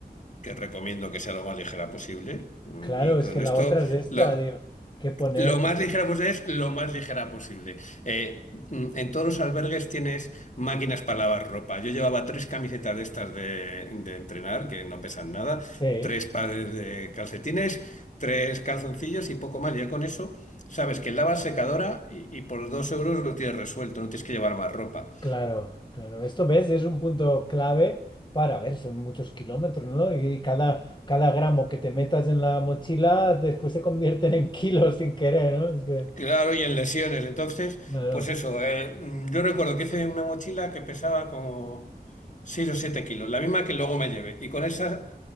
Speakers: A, on the left; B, on the left.
A: que recomiendo que sea lo más ligera posible. Mm,
B: claro,
A: Y con
B: es que
A: esto,
B: la otra es esta,
A: lo-
B: digo, que poner,
A: lo más
B: ¿no?
A: ligera posible es lo más ligera posible. Eh, mm, en todos los albergues tienes máquinas para lavar ropa. Yo llevaba tres camisetas de estas de, de entrenar, que no pesan nada,
B: Sí.
A: tres pares de calcetines, tres calzoncillos y poco más. Ya con eso sabes que lavas secadora y, y por dos euros lo tienes resuelto, no tienes que llevar más ropa.
B: Claro, claro. Esto ves, es un punto clave para a ver, son muchos kilómetros, ¿no? Y cada, cada gramo que te metas en la mochila después se convierten en kilos sin querer, ¿no? Es que,
A: Claro, y en lesiones. Entonces,
B: no, no.
A: pues eso, eh, mm, yo recuerdo que hice una mochila que pesaba como... 6 o 7 kilos, la misma que luego me llevé. Y con esa